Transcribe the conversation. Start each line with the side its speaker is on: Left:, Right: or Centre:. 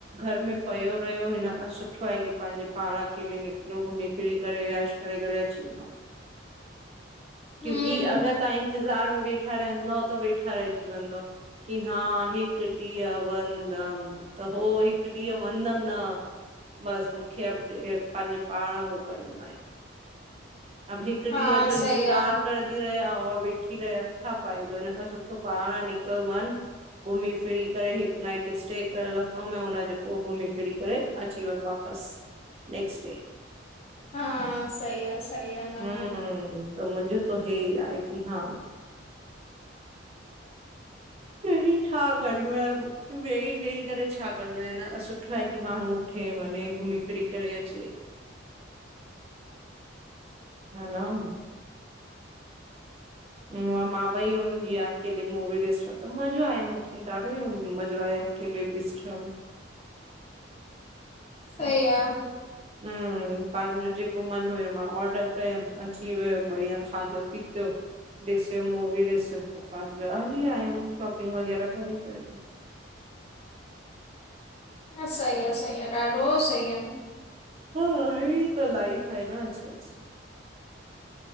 Right: घर में पयो रहियो हिन खां सुठो आहे कि पांहिंजे पाण अकेले निकिरो घुमी फिरी करे ऐश करे करे अची वञ
Left: <inaudible>
Right: क्योंकि
Left: हम्म
Right: अगर तव्हां इंतज़ार में वेठा रहंदव त वेठा रहजी वेंदव कि हा हिकु डीहुं वहंदम त हो हिकु ॾींहं वहंदम न बस मूंखे अपडेट पांहिंजे पाण उहो करिणो आहे
Left: <inaudible>
Right: अभी हिकु
Left: हा
Right: ॾींहं जो इंतज़ार
Left: सही आहे
Right: करंदी रहे आ और वेठी रहे आ छा फ़ायदो, हिन खां सुठो पाण निकुर वञ घुमी फिरी करे हिकु नाइट स्टे करे लखनऊ में हुनजे पो घुमी फिरी करे अची वञ वापसि नेक्स्ट डे
Left: हा सही आहे सही आहे न
Right: हम्म
Left: न
Right: हम्म हम्म त मुंहिंजो त हे आहे कि हा वेही छा करणो आ वेही वेही करे छा करणो आहे न हिनखां सुठो आहे कि माण्हू खे वने घुमी फिरी करे अचे।
Left: <inaudible>
Right: ह ना म उम्म मां मां वई हुयमि जीअं अकेले मूवी ॾिसण त मज़ो आयो मूंखे ॾाढो ई मज़ो आयो कि्लप ॾिसंदाउ <unintelligible>
Left: सही आ
Right: हम्म पांहिंजो जेको मन हुयो मां ऑर्डर कयमि अची वियो बढ़िया खाधो पीतो ॾिसयम मूवी ॾिसयम, पांजा हली आयम शॉपिंग वग़ैरह करे करे।
Left: न सही आ, सही आ ॾाढो सही आ।
Right: हा, हेयड़ी त लाइफ़ आये न अजकल जी।